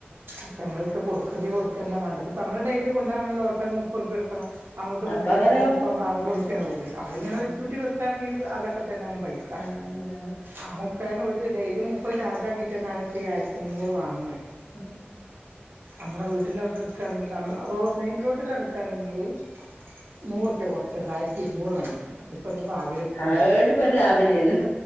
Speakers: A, on the right (about 60°); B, on the left (about 65°).
A: പക്ഷെ അമ്മളട്ത്ത് കൊടുക്ക് കൊണ്ടൊയ് കൊട്ക്കന്നെവാണ്ടേ, ഇത്പ്പ അമ്മള് ഡെയ്ലി കൊണ്ടോവാണെങ്കില് ഓട്ടോക്ക് മുപ്പൊർപ്യൊട്ക്കണം. അങ്ങോട്ട്
B: അപ്പ
A: മുപ്പത്,
B: അങ്ങനെ
A: ഇങ്ങോട്ട് മുപ്പാവുമ്പം അറുവോർപ്യാവൂലേ?
B: ഉം
A: അത്ങ്ങനൊര്ക്കൂട്ടി
B: ഉം
A: വെക്കാണെങ്കില് അതൊക്കെ തന്നാന്നും പൈസ.
B: ആണ് അതാണ്
A: ആ <unintelligible> ഞാനൊര് ഡെയിലി മുപ്പത് ചാർജാക്കീട്ടെന്നാന്ന് ഇപ്പീ ആയിരത്തിമുന്നൂറ് വാങ്ങ്ന്നത്.
B: <unintelligible>
A: അമ്മളെ വീട്ട്ന്റെവ്ട്ന്ന് ട്ക്കാണെങ്കില് അമ്മ റോ മെയിൻറോഡിലെറക്കാണെങ്കില് നൂർപ്യ കൊർചേ, ആയിര്ത്തി ഇരുന്നൂറ് വാണ്ടീനി. ഇപ്പം എന്തപ്പൊ ആകെ ഇത്തിര്യോള്ളു.
B: അതോണ്ട് ഇപ്പൊ ഒരു ലാഭല്ല്യല്ലോ